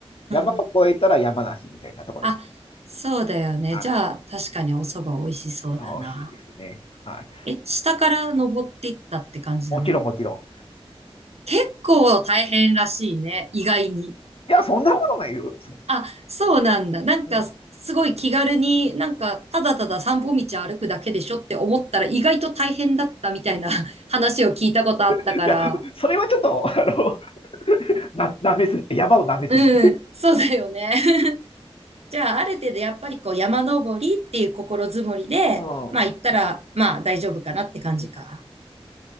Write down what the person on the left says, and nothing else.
山を越えたら山梨みたいなところです。
はい。
あ美味しいですね。はい。
もちろん、もちろん。
いや、そんなことないよ。
うん。
いや、それはちょっと、あの、な、舐めすぎ、山を舐めすぎ。
うん
うん